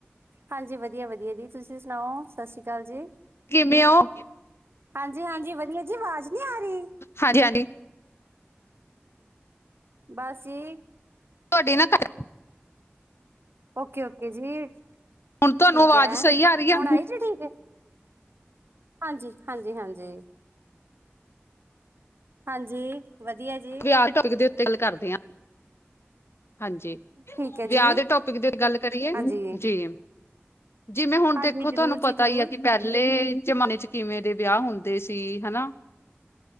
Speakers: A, on the right; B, on the left.
A: ਹਾਂਜੀ ਵਦੀਆ-ਵਦੀਆ ਜੀ ਤੁਸੀਂ ਸਨਾਓ ਸਸੀ ਕਾਲ ਜੀ।
B: ਕਿਵੇਂ ਓਂ?
A: ਹਾਂਜੀ-ਹਾਂਜੀ ਵਦੀਆ ਜੀ ਵਾਜ਼ ਨੀ ਆ ਰਈ।
B: ਹਾਂਜੀ-ਹਾਂਜੀ।
A: ਬਾਸੀ
B: ਤੁਆਡੀ ਨਾ ਘੱਟ
A: ਓਕੇ-ਓਕੇ ਜੀ ਠੀਕ
B: ਹੁਣ ਤੁਹਾਨੂੰ ਆਵਾਜ਼
A: ਹੈ,
B: ਸਹੀ ਆ ਰਹੀ ਆ
A: ਹੁਣ ਆਏ ਜੀ ਠੀਕ। ਹਾਂਜੀ- ਹਾਂਜੀ, ਹਾਂਜੀ ਹਾਂਜੀ ਵਧੀਆ ਜੀ
B: ਵਿਆਹ ਦੇ ਟੋਪਿਕ ਦੇ ਉੱਤੇ ਗੱਲ ਕਰਦੇ ਆ। ਹਾਂਜੀ,
A: ਠੀਕ ਹੈ
B: ਵਿਆਹ
A: ਜੀ
B: ਦੇ ਟੋਪਿਕ ਤੇ ਗੱਲ ਕਰੀਏ।
A: ਹਾਂਜੀ
B: ਜੀ ਜਿਵੇਂ ਹੁਣ
A: ਹਾਂਜੀ
B: ਦੇਖੋ ਤੁਹਾਨੂੰ
A: ਜ਼ਰੂਰ
B: ਪਤਾ
A: ਜੀ ਜ਼ਰੂਰ
B: ਹੀ ਆ ਕਿ ਪਹਿਲੇ ਜਮਾਨੇ ਚ ਕਿਵੇਂ ਦੇ ਵਿਆਹ ਹੁੰਦੇ ਸੀ ਹਨਾ।